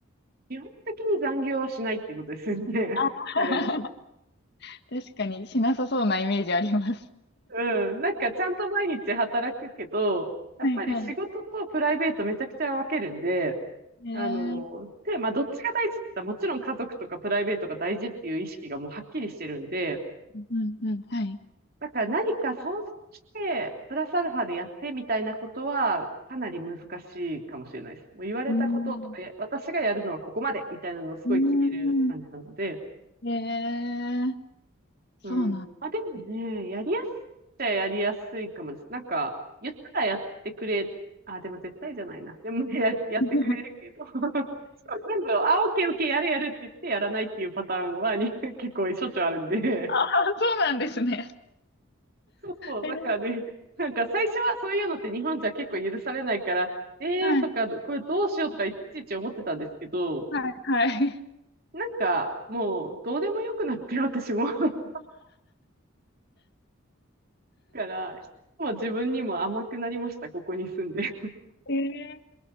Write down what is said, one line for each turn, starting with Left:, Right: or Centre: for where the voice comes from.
Right: 基本的に残業はしないっていうことですよね。<laughs>
Left: <laughs>
Right: 誰も。
Left: 確かにしなさそうなイメージあります。
Right: うん。なんかちゃんと毎日働くけど、やっぱり仕事とプライベートめちゃくちゃ分けるんで、
Left: はいはい。えー、
Right: あの、で、まあどっちが大事って言ったらもちろん家族とかプライベートが大事っていう意識がもうはっきりしてるんで、
Left: うんうん、はい。
Right: だから何かそうして、プラスアルファでやってみたいなことはかなり難しいかもしれないです。もう言われたこととか、
Left: うーん、
Right: え私がやるのはここまでみたいなのをすごい決める感じなので、
Left: うーん、えー、そうなんですね。
Right: うん。まあでもね、やりやすいっちゃやりやすいかもです。なんか、言ったらやってくれ、あ、でも絶対じゃないな。でもねや、やってくれるけど、
Left: <laughs>
Right: <laughs> そう全部、あ、オッケーオッケー、やるやるって言ってやらないっていうパターンはに <laughs> 結構しょっちゅうあるんで、
Left: あ、そうなんですね。
Right: <laughs> そうそう、
Left: えー、
Right: だからね、なんか最初はそういうのって日本じゃ結構許されないから、えーとか、
Left: はい、
Right: これどうしようとかいちいち思ってたんですけど、
Left: はい、はい。
Right: なんかもうどうでもよくなって私も。<laughs> だから、もう自分にも甘くなりました、ここに住んで。
Left: えー